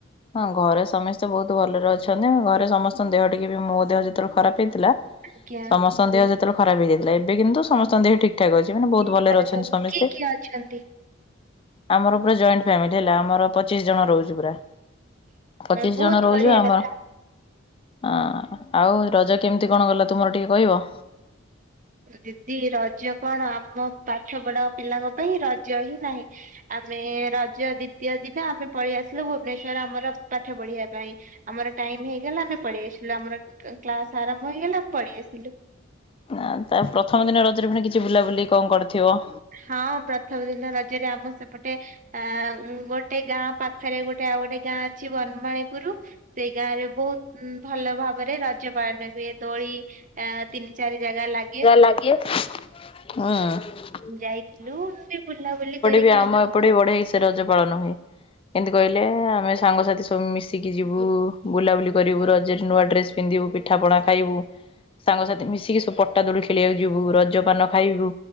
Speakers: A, on the left; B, on the right.
A: ହଁ ଘରେ ସମେସ୍ତେ ବହୁତ ଭଲରେ ଅଛନ୍ତି। ମୁଁ ଘରେ ସମସ୍ତଙ୍କ ଦେହ ଟିକେ ବି ମୋ ଦେହ ଯେତେବେଳେ ଖରାପ ହେଇଥିଲା
B: ଆଜ୍ଞା
A: ସମସ୍ତଙ୍କ ଦେହ ଯେତେଳେ ଖରାପ ହେଇଯାଇଥିଲା, ଏବେ କିନ୍ତୁ ସମସ୍ତଙ୍କ ଦେହ ଠିକ୍ ଠାକ୍ ଅଛ ଚି, ମାନେ ବହୁତ
B: ମୋ
A: ଭଲରେ
B: ଘରେ
A: ଅଛନ୍ତି
B: ସବୁ
A: ସମେସ୍ତେ।
B: କିଏ କିଏ ଅଛନ୍ତି?
A: ଆମର ପୁରା ଜଏଣ୍ଟ ଫ୍ୟାମିଲି ହେଲା, ଆମର ପଚିଶ ଜଣ ରହୁଚୁ ପୁରା। ପଚିଶ
B: ବହୁତ
A: ଜଣ ରହୁଚୁ,
B: ବଢିଆ
A: ଆମ
B: କଥା।
A: ଅଁଯ, ଆଉ ରଜ କେମିତି କଣ କଲ ତୁମର ଟିକେ କହିବ?
B: ଦିଦି ରଜ କଣ? ଆମ ପାଠପଢା ପିଲାଙ୍କ ପାଇଁ ରଜ ହିଁ ନାହିଁ। ଆମେ ରଜ ଦ୍ଵିତୀୟ ଦିନ ଆମେ ପଳି ଆସିଲୁ ଭୁବନେଶ୍ଵର ଆମର ପାଠ ପଢିବା ପାଇଁ। ଆମର ଟାଇମ୍ ହେଇଗଲା ଆମେ ପଳି ଆସିଲୁ। ଆମର କ୍ଲାସ୍ ଆରମ୍ଭ ହେଇଗଲା ଆମେ ପଳି ଆସିଲୁ।
A: ଆଁ, ତ ପ୍ରଥମ ଦିନ ରଜରେ ପୁଣି କିଛି ବୁଲାବୁଲି କଣ କରିଥିବ?
B: ହଁ ପ୍ରଥମ ଦିନ ରଜରେ ଆମ ସେପଟେ ଆଁ, ମୁଁ ଗୋଟେ ଗାଁ ପାଖରେ ଗୋଟେ ଆଉ ଗୋଟେ ଗାଁ ଅଛି ବନମାଳିପୁର ସେଇ ଗାଁରେ ବହୁତ ଉଁ, ଭଲ ଭାବରେ ରଜ ପାଳନ ହୁଏ। ଦୋଳି ଆ, ତିନି ଚାରି ଜାଗା ଲାଗେ।
A: ଲାଗେ। ଅଁ,
B: ଯାଇଥିଲୁ ଟିକେ ବୁଲାବୁଲି କରିକି
A: ବି ଆମ
B: ଆ
A: ଏପଟେ ବଢେଇସେ ରଜ ପାଳନ ହୁଏ, କେମିତି କହିଲେ ଆମେ ସାଙ୍ଗସାଥି ସ ସବୁ ମିଶିକି ଯିବୁ ବୁଲାବୁଲି କରିବୁ ରଜରେ। ନୂଆ ଡ୍ରେସ ପିନ୍ଧିବୁ, ପିଠାପଣା ଖାଇବୁ, ସାଙ୍ଗସାଥି ମିଶି ତିକି ସବୁ ପଟା ଦୋଳି ଖେଳିବାକୁ ଯିବୁ, ରଜପାନ ଖାଇବୁ